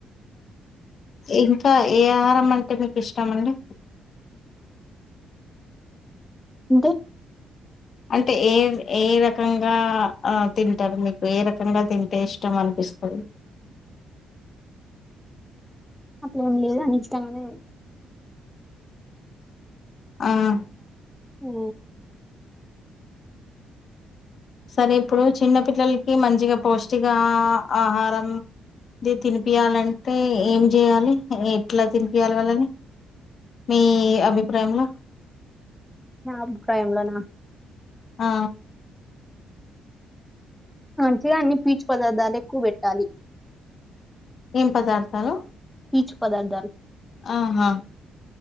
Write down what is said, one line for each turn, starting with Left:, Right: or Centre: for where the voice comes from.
Left: ఇంకా ఏ ఆహారం అంటే మీకు ఇష్టమండి
Centre: ఇంతె
Left: అంటే ఏ ఏ రకంగా తింటారు మీకు ఏ రకంగా తింటే ఇష్టం అనకు ఇస్తరు
Centre: అట్లేం లేదు అన్నిఇష్టంగా తిం
Left: ఆహ
Centre: ఉ
Left: సరే ఇప్పుడు చిన్న పిల్లలకి మంచిగ పౌష్టికా ఆహారం ఇది తినిపియాలంటే ఏం చేయాలి ఎట్లా తినిపియాలి వాళ్ళని మీ అభిప్రాయంలో
Centre: నా అభిప్రాయంలోనా
Left: ఆ
Centre: మంచిగా అన్ని పీచు పదార్థాలు ఎక్కువ పెట్టాలి
Left: ఏం పదార్థాలు
Centre: పీచు పదార్థాలు
Left: అహ